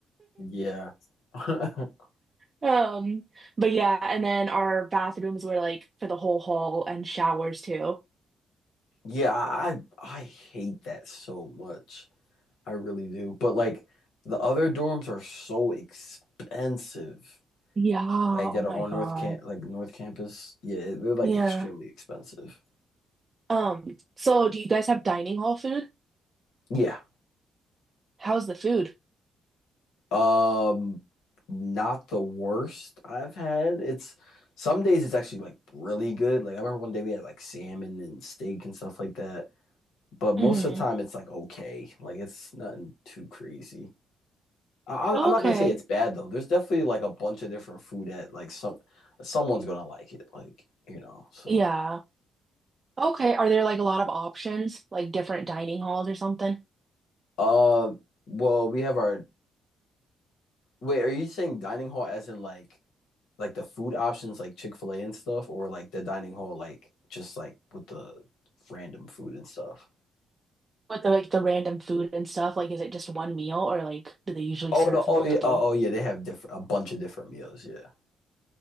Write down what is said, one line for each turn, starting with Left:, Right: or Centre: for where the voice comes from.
Left: Yeah. <laughs>
Right: Um, but yeah, and then our bathrooms were like for the whole hall and showers too.
Left: Yeah, I I I hate that so much. I really do. But like the other dorms are so expensive.
Right: Yeah, oh
Left: Like that
Right: my
Left: are on
Right: God.
Left: North Camp like North Campus. Yeah, they're like
Right: Yeah.
Left: extremely expensive.
Right: Um, so do you guys have dining hall food?
Left: Yeah.
Right: How's the food?
Left: Um not the worst I've had. It's some days it's actually like really good. Like I remember one day we had like salmon and steak and stuff like that. But most
Right: hmm
Left: of the time it's like okay. Like it's nothing too crazy. I- I'm
Right: Okay.
Left: I'm not gonna say it's bad though. There's definitely like a bunch of different food that like some someone's gonna like it, like you know. So,
Right: Yeah. Okay. Are there like a lot of options, like different dining halls or something?
Left: uh, well, we have our wait. Are you saying dining hall as in like like the food options like Chick-fil-A and stuff, or like the dining hall like just like with the random food and stuff?
Right: With the like the random food and stuff, like is it just one meal or like do they usually
Left: Oh
Right: serve
Left: no! Oh
Right: multiple?
Left: yeah! Oh, oh yeah! They have different a bunch of different meals. Yeah,